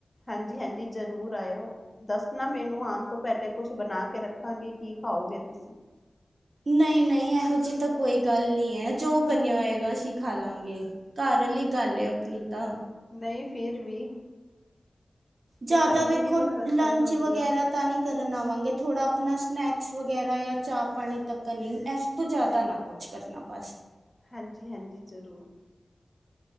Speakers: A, on the left; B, on the right.
A: ਹਾਂਜੀ-ਹਾਂਜੀ ਜ਼ਰੂਰ ਆਇਓ, ਦੱਸਣਾ ਮੈਨੂੰ ਆਉਣ ਤੋਂ ਪਹਿਲੇ ਕੁਛ ਬਣਾ ਕੇ ਰੱਖਾਂਗੀ ਕੀ ਖਾਓਗੇ ਤੁਸੀਂ
B: ਨਹੀਂ-ਨਹੀਂ ਇਹੋ ਜਿਹੀ ਤਾਂ ਕੋਈ ਗੱਲ ਨੀ ਹੈ, ਜੋ ਬਣਿਆ ਹੋਏਗਾ ਅਸੀਂ ਖਾ ਲਾਂਗੇ ਘਰ ਲਈ ਗੱਲ ਆਪਣੀ ਤਾਂ।
A: ਨਹੀਂ ਫਿਰ ਵੀ, ਕੁਛ
B: ਜ਼ਿਆਦਾ
A: ਆਪਣੀ
B: ਵੇਖੋ
A: ਵੀ ਤੇ ਪਸੰਦ
B: ਲੰਚ
A: ਹੁੰਦੀ।
B: ਵਗੈਰਾ ਤਾਂ ਨਹੀਂ ਕਰਨ ਆਵਾਂਗੇ, ਥੋੜਾ ਆਪਣਾ ਸਨੈਕਸ ਵਗੈਰਾ ਜਾਂ ਚਾਹ ਪਾਣੀ ਤੱਕ ਨਹੀਂ ਇਸ ਤੋਂ ਜ਼ਿਆਦਾ ਨਾ ਕੁਛ ਕਰਨਾ ਬਸ
A: ਹਾਂਜੀ-ਹਾਂਜੀ ਜ਼ਰੂਰ,